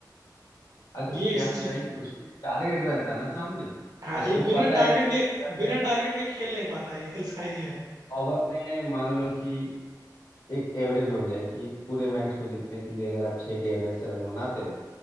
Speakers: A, on the left (about 60°); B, on the right (about 65°).
A: अरे तो
B: ये
A: क्या
B: इस
A: होता
B: चीज
A: है कि उसमें टारगेट रहता है ना सामने तो
B: हाँ
A: इसको
B: ये बिना
A: पता
B: टारगेट
A: है कि अगर
B: के बिना
A: मैं
B: टारगेट के खेल नहीं पाता ये इसका ही है
A: ओवर में मान लो कि एक एवरेज हो गया है कि पूरे मैच को जीतने के लिए अगर आप छह के एवरेज से रन बनाते हो